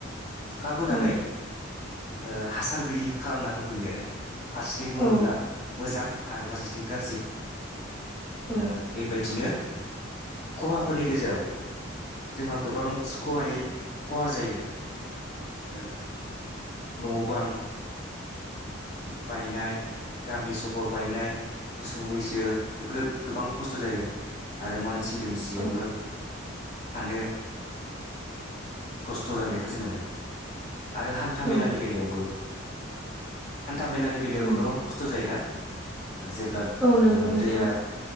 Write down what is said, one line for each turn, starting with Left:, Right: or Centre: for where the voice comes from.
Left: खुरखाबोनानै
Centre: औ
Left: ओ हासार गैयि खालामना होफैयो आरो। फारसेथिं बुङोब्ला
Centre: औ
Left: मोजां आरो फारसेथिं गाज्रि।
Centre: औ
Left: ओ बेबायदिनो खहाफोरनि गेजेराव जोंहा गोबां सुख'हायै ख'हा जायो ओ न' बां बायनाय गामि सहर बायनाय मोस सौ मैसो बेफोरो गोबां खस्थ' जायो आरो मान सि दुमसियाबो
Centre: औ
Left: थानो खस्थ' जानायखौ जों मोनो आरो थामेलानि
Centre: औ
Left: बेलायावबो। हान्थामेलानि बेलायावबो
Centre: औ
Left: गोबां खस्थ' जायो ना? ओ जेब्ला
Centre: औ नंगौ
Left: ओ
Centre: नोंथां
Left: दैया